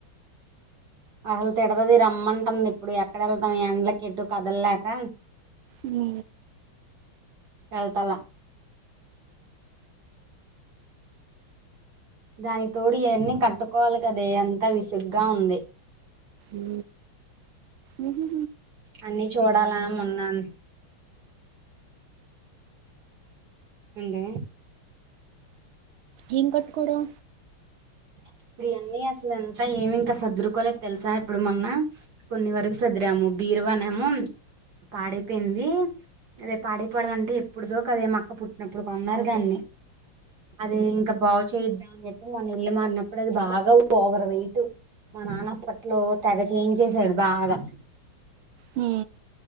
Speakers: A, on the right; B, on the right.
A: అసలు తిడదది రమ్మంటుంది ఇప్పుడు ఎక్కడ వెళ్తాం ఎండ్లకి ఎటు కదలలేక
B: ఉ
A: ఎలతల దానికి తోడు ఇయన్నీ కట్టుకోవాలి కదే అంత విసుగ్గా ఉంది
B: ఉ ఉహు
A: అన్ని చూడాలా మన్నాను ఉండే
B: ఏం కట్టుకోడం
A: <unintelligible> <inaudible> ఇప్పుడియన్నీ అసలు ఎంత ఏమి ఇంకా సదురుకోలేదు తెలుసా ఇప్పుడు మొన్న కొన్ని వరకు సదిరాము బి తిరవన్నము పాడైపోయింది అదే పాడైపోవడం అంటే ఎప్పుడుదో కదే మక్క పుట్టినప్పుడు కొన్నారు
B: అవును
A: దాన్ని అదే ఇంకా బాగు చేయిద్దాం అని మొన్న ఇళ్లు మారినప్పుడు అది బాగా ఓవర్ వెయిట్ మా నాన్నప్పట్లో తెగ చేయించ చేసాడు బాగా
B: ఊ